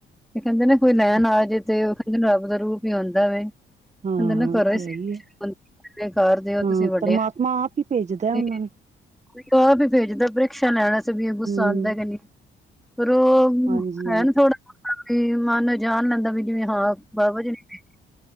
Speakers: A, in the centre; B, on the right.
A: ਤੇ ਕਹਿੰਦੇ ਨਾ ਕੋਈ ਲੈਣ
B: ਅੱਛਾ
A: ਆਜੇ ਤੇ, ਉਹ ਕਹਿੰਦੇ ਰੱਬ ਦਾ ਰੂਪ ਈ ਹੋਂਦਾ ਵੇ।
B: ਹਾਂ
A: ਮੈਨੂ ਕਰੋ
B: ਉਹ ਤੇ
A: ਹੀ
B: ਹੈ ਏ
A: <inaudible> ਬੇਕਾਰ, ਦੇ ਹੋ
B: ਹਾਂ
A: ਤੁਸੀਂ ਵੱਡੇ
B: ਪਰਮਾਤਮਾ
A: ਹੋ ਕੀ
B: ਆਪ ਹੀ ਭੇਜਦਾ ਉਹਨਾਂ
A: ਤਰੀਕ
B: ਨੂੰ
A: <unintelligible> ਕੋਈ ਆਹ ਵੀ ਵੇਖਦਾ ਪ੍ਰਿਕਸ਼ਾ ਲੈਣਾ। ਚਲਿਏ ਗੁੱਸਾ
B: ਹੂੰ,
A: ਆਉਂਦਾ ਕਿ ਨਹੀਂ, ਪਰ ਉਹ
B: ਹਾਂਜੀ ਹਾਂ
A: ਹੈ ਨੀ ਥੋੜਾ। ਮਨ ਜਾਣ ਲੈਂਦਾ, ਭੀ ਜਿਵੇਂ ਹਾਂ, ਬਾਬਾ ਜੀ <inaudible> ਦੀ ਸੀ।